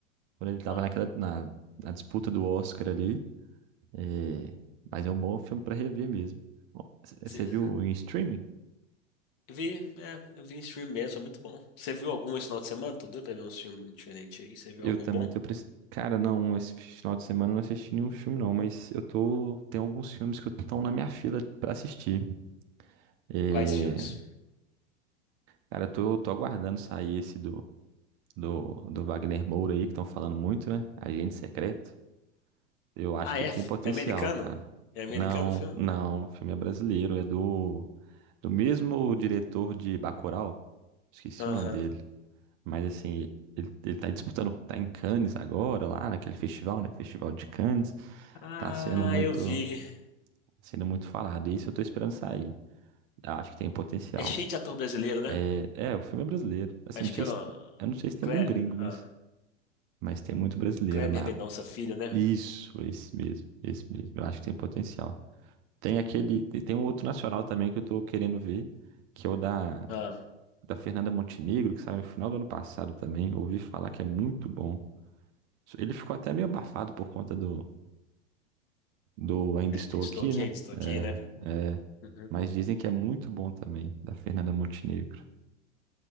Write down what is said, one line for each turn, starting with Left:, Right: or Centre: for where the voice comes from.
Right: quando ele tava
Left: Ah,
Right: naquela, na, na disputa do Oscar ali. É, mas é um bom filme pra rever mesmo. Bom, c- Você
Left: cê-
Right: viu em streaming?
Left: eu vi, é, eu vi em stream mesmo, é muito bom. Você viu algum esse final de semana? Tô doido pra ver um filme diferente aí. Você viu
Right: Eu
Left: algum
Right: também
Left: bom?
Right: tô precisando. Cara, não, esse final de semana eu não assisti nenhum filme, não, mas eu tô. Tem alguns filmes que estão na minha fila pra assistir. É,
Left: Quais filmes?
Right: cara, eu tô, tô aguardando sair esse do, do, do Wagner Moura aí, que estão falando muito, né? Agente Secreto. Eu acho
Left: Ah,
Right: que
Left: é?
Right: ele tem potencial,
Left: É americano?
Right: cara.
Left: É americano
Right: Não,
Left: o filme?
Right: não, o filme é brasileiro, é do do mesmo diretor de Bacurau. Esqueci
Left: Aham.
Right: o nome dele, mas assim, ele, ele tá disputando, tá em Cannes agora, lá naquele festival, né? Festival de Cannes.
Left: Ah,
Right: Tá sendo muito
Left: eu vi.
Right: sendo muito falado. E isso eu tô esperando sair. Eu acho que tem potencial.
Left: É cheio de ator brasileiro, né?
Right: É, é, o filme é brasileiro. Assim,
Left: Acho
Right: não sei
Left: que é o
Right: se, eu não sei se tem
Left: Cle...
Right: algum gringo, mas
Left: ah,
Right: mas tem muito brasileiro,
Left: Kleber
Right: mas
Left: Mendonça Filho, né?
Right: isso, esse mesmo, esse mesmo. Eu acho que tem potencial. Tem aquele. Tem um outro nacional também que eu tô querendo ver, que é o da,
Left: Ah,
Right: da Fernanda Montenegro, que saiu no final do ano passado também. Ouvi falar que é muito bom. Ele ficou até meio abafado por conta do, do Ainda
Left: é,
Right: Estou
Left: estou
Right: Aqui,
Left: aqui,
Right: né?
Left: ainda estou aqui, né?
Right: É, é.
Left: Uhum.
Right: Mas dizem que é muito bom também, da Fernanda Montenegro.